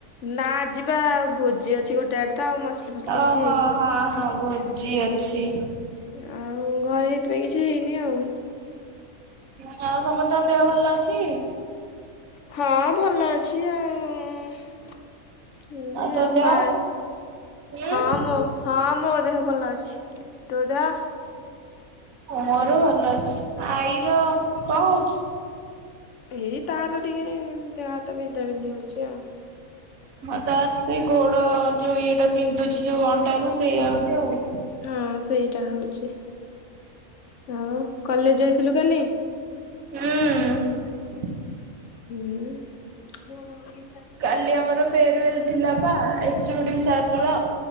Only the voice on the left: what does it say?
ନା ଆଜି ପା ଭୋଜି ଅଛି ଗୋଟେ ଆଡେ ତ ଆଉ ମଛଲି ଫଛଲି
କିଛି ହେଇନି।
ଆଉ ଘରେ ଏଇଥିପାଇଁ କିଛି ହେଇନି ଆଉ
ହଁ ଭଲ ଅଛି ଆଉ ଦି
ଆଉ
ମା
ହଁ ମୁ ହଁ ମୁ ମୋ ଦେହ ଭଲ ଅଛି ତୋ ଦେହ
ଏଇ ତାର ଟିକେ ଦେହ ହାତ ବିନ୍ଧା ବିନ୍ଧି ହଉଛି ଆଉ
ହଁ ସେଇଟା ହଉଛି ଆଉ କଲେଜ ଯାଇଥିଲୁ କାଲି
ହୁଁ